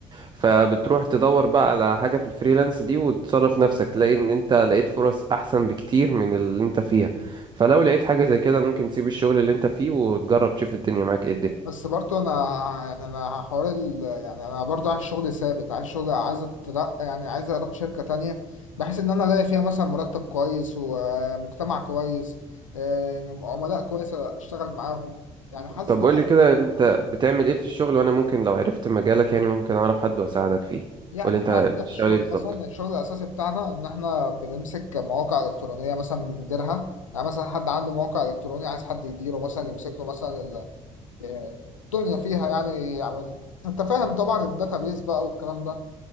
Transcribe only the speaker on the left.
بس برضو انا يعني انا حوار ال... يعني انا برضو عايز شغل ثابت عايز شغل عايز اترقى يعني عايز اروح شركة تانية بحيث ان انا الاقي فيها مثلا مرتب كويس ومجتمع كويس آه، عملاء كويسة اشتغل معاهم يعني حاسس
ان
انا
يعني
احنا
عندنا
في الشغل
مثلا الشغل الاساسي بتاعنا ان احنا بنمسك مواقع الكترونية مثلا بنديرها يعني مثلا حد عنده موقع الكتروني عايز حد يديره مثلا يمسك له مثلا ال- آه، الدنيا فيها يعني يعمل انت فاهم طبعا الداتابيز بقى والكلام ده